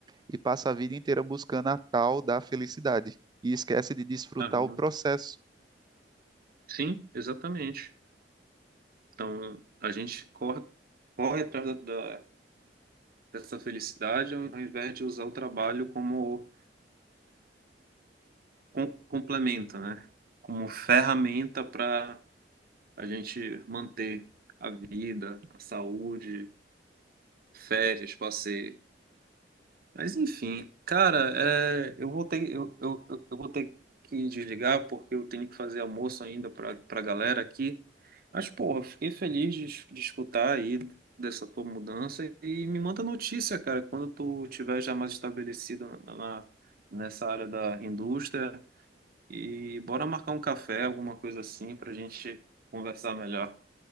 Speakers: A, on the right; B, on the right.
A: e passa a vida inteira buscando a tal da felicidade e esquece de desfrutar
B: Aham.
A: o processo.
B: Sim, exatamente. Então, a gente corre, corre atrás da, da- dessa felicidade ao, ao invés de usar o trabalho como com- complemento, né? Como ferramenta para a gente manter a vida, a saúde, férias, passeio. Mas enfim, cara, é, eu vou ter, eu, eu, eu eu vou ter que desligar porque eu tenho que fazer almoço ainda para para galera aqui. Mas, porra, fiquei feliz de, es- de escutar aí dessa tua mudança e me manda notícia, cara, quando tu tiver já mais estabelecido na, na- nessa área da indústria e bora marcar um café, alguma coisa assim, pra gente conversar melhor.